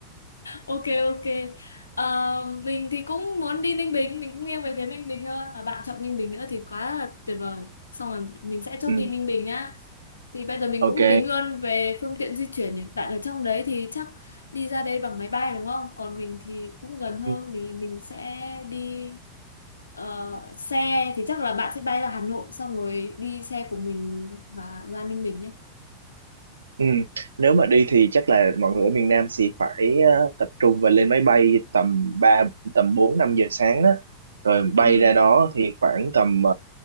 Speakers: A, on the left; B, on the right.
A: Ok, ok. Ờ, mình thì cũng muốn đi Ninh Bình, mình cũng nghiêng về phía Ninh Bình hơn. Và bạn chọn Ninh Bình nữa thì quá là tuyệt vời. Xong rồi mình sẽ chốt
B: ừ.
A: đi Ninh Bình nhá. Thì bây giờ mình
B: ok
A: cũng tính luôn về phương tiện di chuyển nhỉ. Bạn ở trong đấy thì chắc đi ra đây bằng máy bay đúng không? Còn mình thì cũng gần hơn
B: ừ.
A: thì mình sẽ đi ờ, xe thì chắc là bạn sẽ bay ra Hà Nội xong rồi đi xe của mình và ra Ninh Bình nhé.
B: Ừ. nếu mà đi thì chắc là mọi người ở miền Nam thì phải ờ, tập trung và lên máy bay tầm ba tầm bốn năm giờ sáng á rồi bay
A: Ừ.
B: ra đó thì khoảng tầm